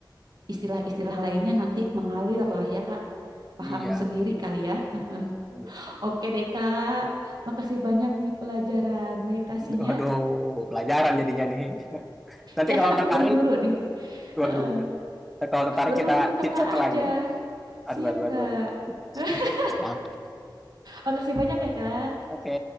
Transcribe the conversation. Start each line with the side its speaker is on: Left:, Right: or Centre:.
Right: istilah-istilah lainnya nanti mengalir lah ya Kak. Paham
Centre: iya,
Right: sendiri kali ya. Heeh.
Centre: iya.
Right: Oke deh Kak, makasih banyak nih pelajaran meditasinya.
Centre: Waduh, pelajaran jadinya nih. Nanti
Right: Ya
Centre: kalau
Right: kan aku
Centre: tertarik,
Right: berguru nih.
Centre: waduh.
Right: Heeh.
Centre: Kalau tertarik
Right: Berguru
Centre: kita
Right: ke
Centre: chit-chat
Right: kakak
Centre: lagi.
Right: aja.
Centre: Aduh,
Right: Siap
Centre: aduh,
Right: Kak.
Centre: aduh, aduh.
Right: <laughs>
Centre: Siap.
Right: Makasih banyak ya Kak.
Centre: Oke.